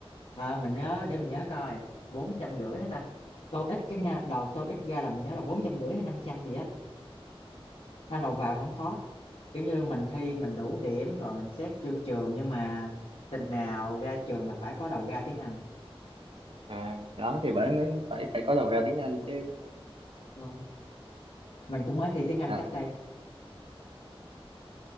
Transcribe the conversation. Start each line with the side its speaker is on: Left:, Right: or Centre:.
Left: Ờ, mình nhớ để mình nhớ coi bốn trăm rưỡi hả ta tô ít cái nha đầu tô ít ra là mình nhớ là bốn trăm rưỡi hay năm trăm gì á Nó đầu vào không có kiểu như mình thi mình đủ điểm rồi mình xét vô trường nhưng mà tình nào ra trường là phải có đầu ra tiếng Anh
Right: à đó thì bởi mới phải phải có đầu ra tiếng Anh chứ
Left: đúng không? mình cũng mới thi tiếng Anh
Right: à
Left: cách đây